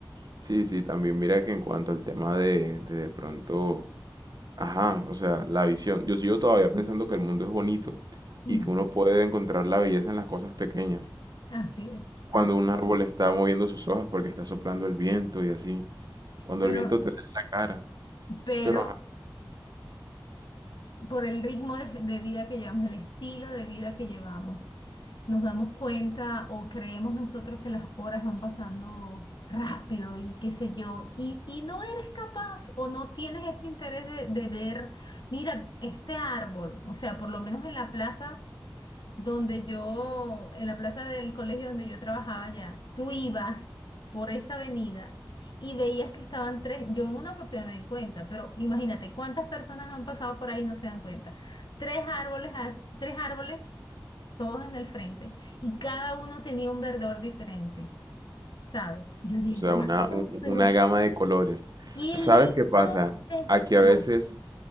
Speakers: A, on the right; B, on the left.
A: sí, sí, también mira que en cuanto al tema de de, de pronto, ajá, o sea, la visión. Yo sigo todavía pensando que el mundo es bonito
B: Mm.
A: y que uno puede encontrar la belleza en las cosas pequeñas.
B: Así es,
A: Cuando
B: así.
A: un árbol está moviendo sus hojas porque está soplando el viento y así. Cuando
B: Pero,
A: el viento te da en la cara.
B: pero
A: Pero ajá,
B: por el ritmo de, de vida que llevamos, el estilo de vida que llevamos, nos damos cuenta o creemos nosotros que las horas van pasando rápido y qué sé yo, y, y no eres capaz o no tienes ese interés de, de ver, mira, este árbol, o sea, por lo menos en la plaza. donde yo, en la plaza del colegio donde yo trabajaba ya tú ibas por esa avenida y veías que estaban tres, yo en una oportunidad me di cuenta, pero imagínate cuántas personas han pasado por ahí y no se dan cuenta. Tres árboles, a- tres árboles, todos en el frente, y cada uno tenía un verdor diferente, ¿sabes? Yo dije,
A: o sea,
B: wow,
A: una, un-
B: pero
A: una gama
B: qué,
A: de colores.
B: qué
A: ¿Sabes
B: lindo
A: qué pasa?
B: es
A: Aquí
B: esto.
A: a veces,